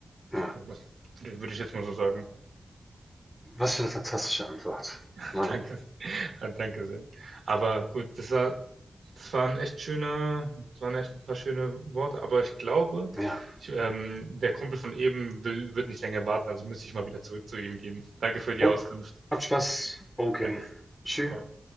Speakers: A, in the centre; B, on the right.
A: Ja.
B: Was, würde, würde ich jetzt mal so sagen.
A: Was für eine fantastische Antwort.
B: <laughs>
A: Mann,
B: Danke,
A: oh Mann.
B: Ah, danke sehr. Aber gut, das war, das waren echt schöne, das waren echt ein paar schöne Worte, aber ich glaube,
A: Ja.
B: ich, ähm, der Kumpel von eben will, wird nicht länger warten, also müsste ich mal wieder zurück zu ihm gehen. Danke für die
A: Oh,
B: Auskunft.
A: habt Spaß. Okay.
B: Danke.
A: Tschüss.
B: Ciao.